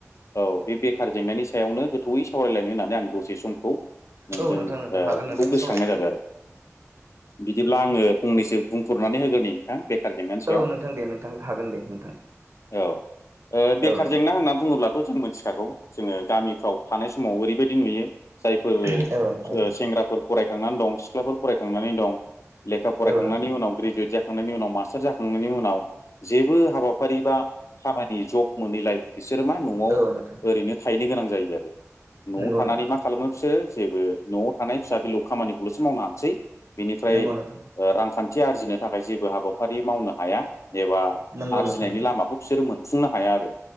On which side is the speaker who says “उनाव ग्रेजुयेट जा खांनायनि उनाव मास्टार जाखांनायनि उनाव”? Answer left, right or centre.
Left